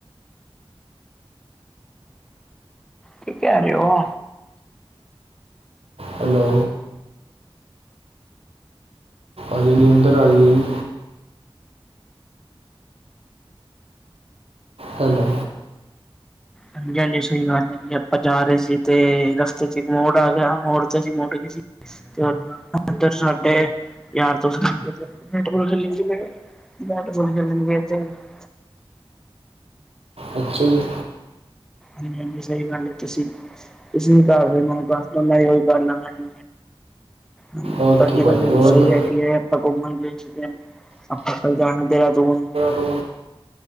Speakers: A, in the centre; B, on the right.
A: ਕੀ ਕਹਿ ਰਹੇ ਹੋ
B: ਹੈਲੋ ਅਜਨੀ ਅੰਦਰ ਆਈ ਹੈ ਜੀ ਹੈਲੋ
A: ਹਾਂਜੀ- ਹਾਂਜੀ। ਸਹੀ ਗੱਲ ਹੈ ਜੀ ਆਪਾਂ ਜਾ ਰਹੇ ਸੀ ਤੇ ਰਸਤੇ ਚ ਇੱਕ ਮੋੜ ਆ ਗਿਆ ਮੋੜ ਤੇ ਅਸੀ ਮੁੜ ਗਏ ਸੀ ਤੇ ਅਧ ਸਾਡੇ ਯਾਰ ਦਸਤ ਬੈਬ ਖੇ ਬੈਟ ਬੁਲ ਖੇਲਣ ਗ ਤੇ <unintelligible>
B: ਅੱਛਾ ਜੀ
A: ਅ ਸਹੀ ਗੱਲ ਤੁਸੀਂ ਤੁਸੀਂ ਨ ਕਰਦੇ ਮਨ ਦਸਨਾ ਹੀ ਉਹੀ ਕਰ ਲੈਂਦਾ ਜ ਹਾਂਜੀ
B: ਓਕੇ
A: ਤੁਹਾਡੀ
B: ਭਾਜੀ
A: ਗੱਲ ਬਿਲਕੁਲ
B: ਹੋਰ
A: ਸਹੀ
B: ਦ-
A: ਹੈ ਕਿ ਇਹ ਆਪਾਂ ਘੁੰਮਣ ਗਏ ਸੀ। ਆਪਾਂ ਕਲ ਜਾਣਾ ਦੇਹਰਾਦੂਨ
B: ਦੋ